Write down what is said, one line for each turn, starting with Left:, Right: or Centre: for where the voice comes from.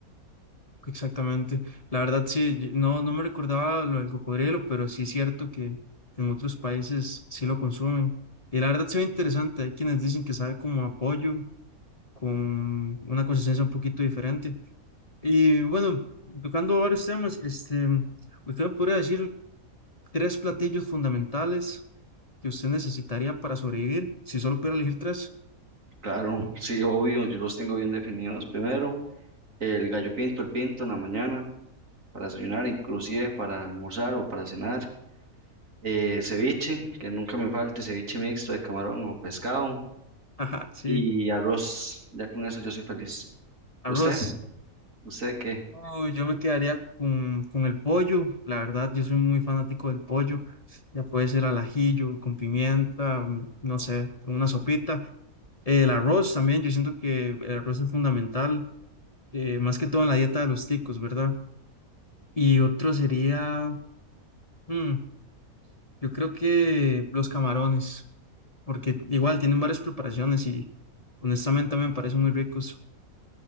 Left: Exactamente. La verdad, sí, yo- no, no me recordaba lo del cocodrilo, pero sí es cierto que en otros países sí lo consumen. Y la verdad se ve interesante. Hay quienes dicen que sabe como a pollo, con una consistencia un poquito diferente. Y bueno, tocando varios temas, este, usted me podría decir tres platillos fundamentales que usted necesitaría para sobrevivir, si solo pudiera elegir tres.
Right: Claro, <laughs> sí, obvio, yo los tengo bien definidos. Primero, el gallo pinto, el pinto en la mañana para desayunar, inclusive para almorzar o para cenar. Eh, ceviche, que nunca me falte, ceviche mixto de camarón o pescado
Left: <laughs> Ajá, sí.
Right: y arroz. Ya con eso yo soy feliz.
Left: Arroz,
Right: ¿Usted? ¿Usted qué?
Left: Uy, yo me quedaría con, con el pollo, la verdad, yo soy muy fanático del pollo, ya puede ser al ajillo, con pimienta, mm, no sé, con una sopita. Eh, El arroz también, yo siento que el arroz es fundamental, eh, más que todo en la dieta de los ticos, ¿verdad? Y otro sería, mm, yo creo que los camarones, porque igual tienen varias preparaciones y honestamente me parecen muy ricos,